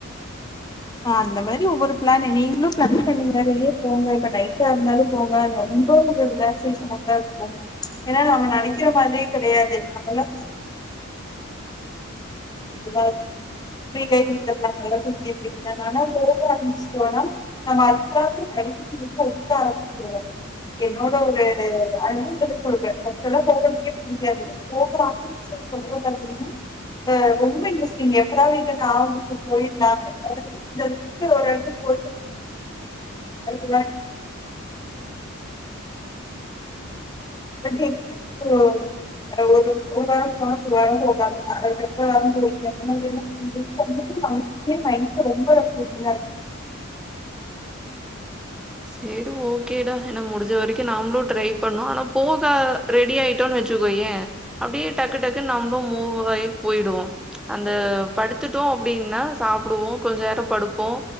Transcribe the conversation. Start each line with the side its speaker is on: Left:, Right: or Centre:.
Left: ஆ அந்த மாரி ஒவ்வொரு ப்ளானு நீங்களும் ப்ளஸ் பண்ணுங்க வெளியே போங்க இப்ப லைட்டா இருந்தாலும் போவ ரொம்ப ஒரு ரிலாக்சேஷனா தா இருக்கும் ஏன்னா அவுங்க நெனைக்கிற மாரியே கெடையாது அதெல்லா <unintelligible> நீங்க இங்கலாம் நல்லா தூங்கிட்டு இருக்கிறங்க ஆனா போக ஆரம்பிச்சுட்டோனா நம்ம அதுக்காவ கை ரொம்ப உக்க ஆரம்பச்சிருவோம் என்னோட ஒரு அனுபவத்துல சொல்றே இப்பெல்லாம் போகிறதுக்கே புடிக்காது போகலாம் உங்ககூட போலைங்கன்னா ஆ ரொம்ப இன்ட்ரெஸ்டிங் எப்பவாது இங்கிருந்து அவுங்க வீட்டு ஆ போய்லானு அது எப்டி ஜக்கு வேற எங்கயும் போ <unintelligible> என்னது மதியோ எங்க போ ஒரு ஒரு வாரோ போகுதே <unintelligible> எங்க வீட்டுக்கு வந்தது லாஸ்டே நைட் இத ரொம்ப <unintelligible>
Centre: சேரி ஓகேடா என்ன முடிஞ்ச வரைக்கும் நாங்களும் ட்ரை பண்ணோ ஆனா போக ரெடி ஆயிட்டோனு வச்சுக்கோயே அப்டியே டக்கு டக்கு நம்லு மூவாகி போய்டுவோம் அந்த படுத்துட்டோம் அப்டின்னா சாப்புடுவோம் கொஞ்ச நேரம் படுப்போம்